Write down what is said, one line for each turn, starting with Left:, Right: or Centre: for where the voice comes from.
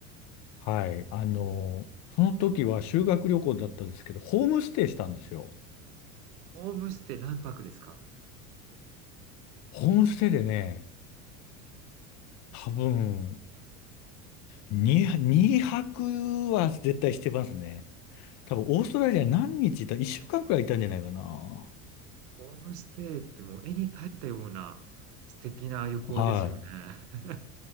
Left: はい。あの、その時は修学旅行だったんですけど、ホームステイしたんですよ。
Right: ホームステイ何泊ですか？
Left: ホームステイでね、多分、2、二泊は絶対してますね。多分、オーストラリア何日いた ?1 週間くらいいたんじゃないかな。
Right: ホームステイってもう絵に描いたような素敵な旅行ですよね。
Left: はい。
Right: <laughs>